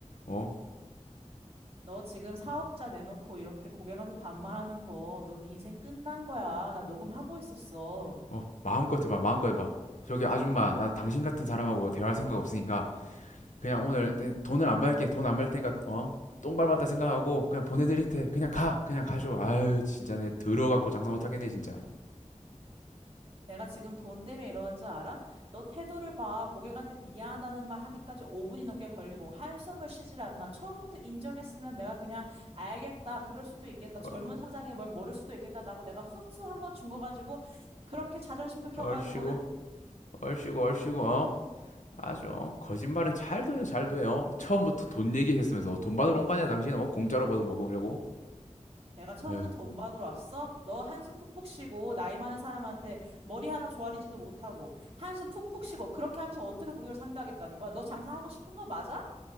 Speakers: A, on the left (about 85°); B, on the right (about 55°).
A: 어?
B: 너 지금 사업자 내놓고 이렇게 고객한테 반말하는 거, 너 네 인생 끝난 거야. 나 녹음하고 있었어.
A: 어, 마음껏 해봐, 마음껏 해봐. 저기 아줌마, 나 당신 같은 사람하고 대화할 생각 없으니까 그냥 오늘 내 돈을 안 받을게, 돈 안 받을 테니까 어, 똥 밟았다 생각하고 그냥 보내드릴 테, 그냥 가, 그냥 가쇼. 아유, 진짜 내 들어갖고 장사 못하겠네 진짜.
B: 내가 지금 돈 때문에 이러는 줄 알아? 너 태도를 봐. 고객한테 미안하다는 말 하기까지 5분이 넘게 걸리고 한숨을 쉬질 않나. 처음부터 인정했으면 내가 그냥 알겠다. 그럴 수도 있겠다.
A: 어,
B: 젊은 사장이 뭘 모를 수도 있겠다. 라고 내가 훈수 한 번 준 거 가지고 그렇게 자존심 긁혀가지고는
A: 얼씨구, 얼씨구, 얼씨구, 어, 아주 어. 거짓말은 잘 돼요, 잘 돼요. 처음부터 돈 얘기했으면서 어, 돈 받으러 온 거 아니야, 당신? 어, 공짜로 먹- 먹으려고?
B: 내가 처음부터
A: 에,
B: 돈 받으러 왔어? 너 한숨 푹푹 쉬고 나이 많은 사람한테 머리 하나 조아리지도 못하고 한숨 푹푹 쉬고 그렇게 하면서 어떻게 고객을 상대하겠다는 거야? 너 장사하고 싶은 거 맞아?